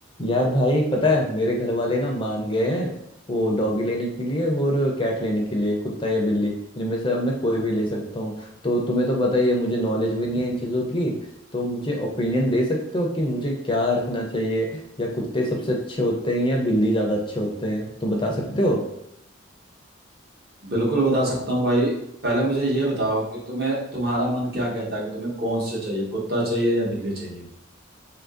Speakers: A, on the left (about 25°); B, on the right (about 50°).
A: यार भाई पता है मेरे घर वाले ना मान गए हैं वो डॉगी लेने के लिए और कैट लेने के लिए कुत्ता या बिल्ली इनमें से अब मैं कोई भी ले सकता हूँ तो तुम्हें तो पता ही है मुझे नॉलेज भी नहीं है इन चीज़ों की तो मुझे ओपिनियन दे सकते हो कि मुझे क्या रखना चाहिए या कुत्ते सबसे अच्छे होते हैं या बिल्ली ज़्यादा अच्छे होते हैं तो बता सकते हो
B: बिल्कुल बता सकता हूँ भाई पहले मुझे ये बताओ कि तुम्हें तुम्हारा मन क्या कहता है कि तुम्हें कौन से चाहिए कुत्ता चाहिए या बिल्ली चाहिए